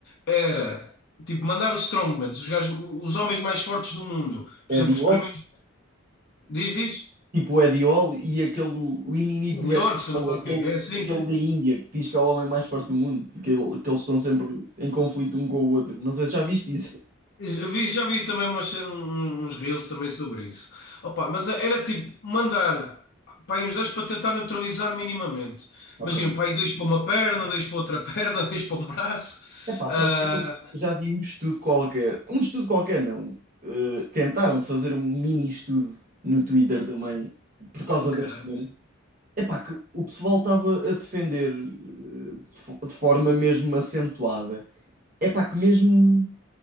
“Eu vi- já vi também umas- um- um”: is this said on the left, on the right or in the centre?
Left